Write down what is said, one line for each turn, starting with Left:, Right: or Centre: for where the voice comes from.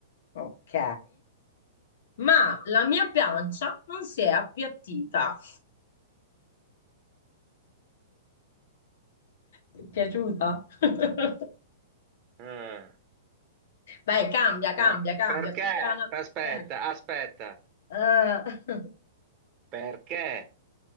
Left: ok, ma la mia pancia non si è appiattita. Ti è piaciuta? <laughs>
Right: Eh,
Left: Vai, cambia,
Right: per-
Left: cambia, cambia,
Right: perché?
Left: piano.
Right: Aspetta,
Left: Eh.
Right: aspetta.
Left: eh. <laughs>
Right: Perché?